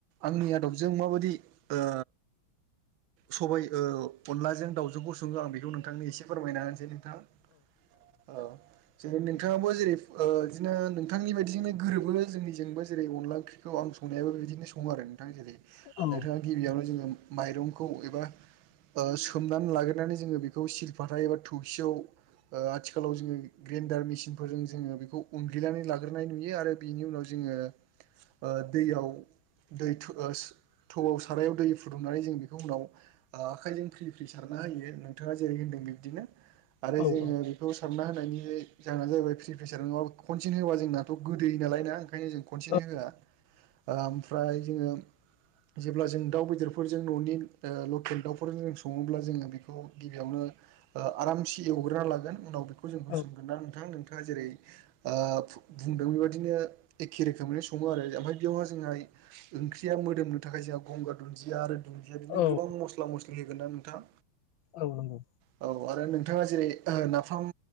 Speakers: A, on the right (about 75°); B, on the left (about 70°).
A: आंनि आदबजों जों माबादि ओ सबाइ ओ अनलाजों दाउजोंखौ सङो आं बेखौ नोंथांनि एसे फोरमायना होनोसै नोंथां औ। जेरै नोंथाङाबो जेरै ओ इदिनो नोंथांनि बायदिजोंनो गोरोबो जोंनिजोंबो जेरै अनला ओंख्रि खौ आं संनायाबो बिदिनो सङो आरो नोंथां जेरै
B: औ
A: नोंथाङा गिबियावनो जोङो माइरंखौ एबा ओ सोमनानै लाग्रोनानै जोङो बेखौ बाथा एबा थौसियाव ओ आथिखालाव जोङो ग्रेन्डार मेसिनफोरजों जोङो बेखौ उनग्लिनानै लाग्रोनाय नुयो आरो बेनि उनाव जोङो ओ दैयाव दै थो ओस थौआव सारायाव दै फुदुंनानै जों बेखौ उनाव ओ आखायजों फ्रि फ्रि सारना होयो नोंथाङा जेरै होनदों बिबदिनो आरो
B: औ
A: जोङो खौ सारना होनायनि जाहोना जाहैबाय फ्रि प्रेसार नङाबा खनसेन होबा जोंनाथ' गोदै नाल ना ओंखायनो जों खनसेनो
B: औ
A: होआ ओ ओमफ्राय जोङो जेब्ला जों दाउ बेदरफोरजों न'नि ओ लकेल दाउफोरजों जों सङोब्ला जोङो बेखौ गिबियावनो ओ आरामसे एवग्रोना लागोन उनाव बेखौ जों होसनगोन
B: औ
A: ना नोंथां नोंथाङा जेरै ओ फु बुंदों बेबादिनो एखे रोखोमैनो सङो आरो ओमफ्राय बेयावहाय जोंहा ओंख्रिया मोदोमनो थाखाय जोंहा गंगार दुन्दिया आरो दुन्दिया बिदिनो
B: औ
A: गोबां मस्ला मस्लि होगोन ना नोंथां।
B: औ नंगौ।
A: औ आरो नोंथाङा जेरै नाफाम